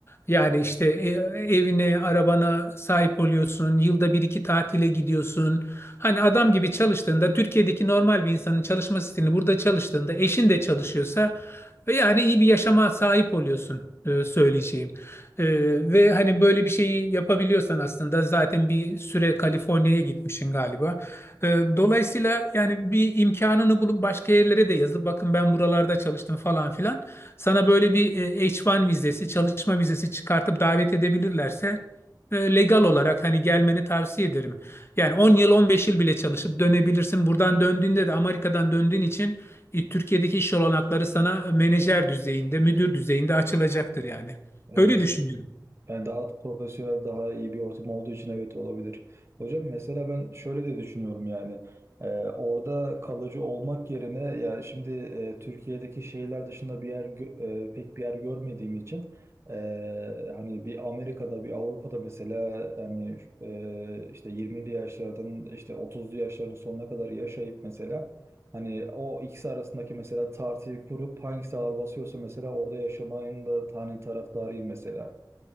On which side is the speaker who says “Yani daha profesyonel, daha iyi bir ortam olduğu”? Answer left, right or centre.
Right